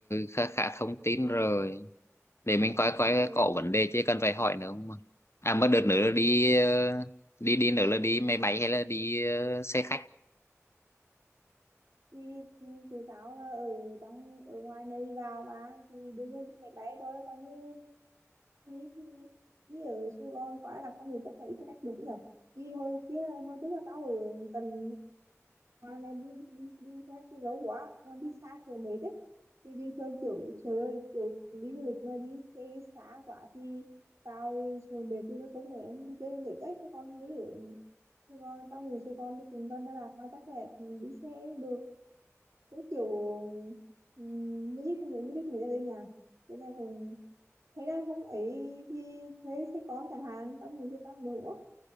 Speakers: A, on the left; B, on the right.
A: khá khá thông tin rồi để mình coi coi
B: ừ,
A: có vấn đề chứ cần phải hỏi nữa không à mà đợt nữa là đi ờ, đi đi nữa là đi máy bay hay là đi ờ, xe khách
B: thì ừ, tụi tao là ở trong ở ngoài này vào mà thì đương nhiên mẹ bé thôi còn như đi thì đi ở Sài Gòn quá là tao nghĩ chắc là đi xe khách được nhỉ vì hồi kia hồi trước là tao ở tận Hoàng này đi, đi, đi ra cái dấu quá Hoàng đi xa kiểu mệt đấy thì bình thường kiểu trời ơi kiểu đi du lịch mà đi xe xa quá thì tao đi trời mệt thì nó cũng lẽ em đi chơi nhiều đấy cho con mới ở Sài Gòn tao người Sài Gòn thì cùng con Đà Lạt mà chắc là đi xe được với kiểu ừm, mới đi cùng người mới đi cùng người lên nhà thế này cùng thế đang không ấy thì thuê xe con chẳng hạn tao nghĩ xe con được quá